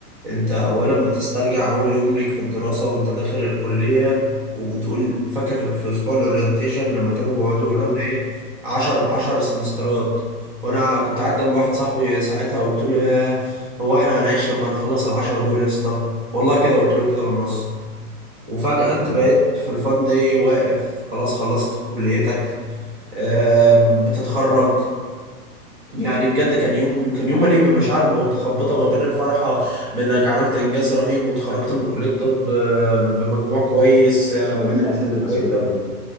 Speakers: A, on the right (about 35°); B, on the left (about 35°).
A: انت اولا بتسترجع اول يوم ليك في الدراسة وانت داخل الكلية وبتقول فاكر في اسبوع الاورينتيشن لما كانوا بيقعدوا
B: بالظبط
A: يقولوا لنا ايه عشر عشر سمسترات وانا كنت قاعد جنب واحد صاحبي ساعتها قلت له يا هو احنا هنعيش لما نخلص العشرة دول يا اسطى والله كده قلت له كده بالنص وفجأة انت
B: يعني
A: بقيت في الفان داي واقف خلاص خلصت كليتك آم، بتتخرج يعني بجد كان يوم كان يوم مليء بمشاعر متخبطه ما بين الفرحه بانك عملت انجاز رهيب وتخرجت من كليه طب آه، بمجموع كويس آه، معرفة
B: وبين الاحساس بالمسؤوليه
A: كويسه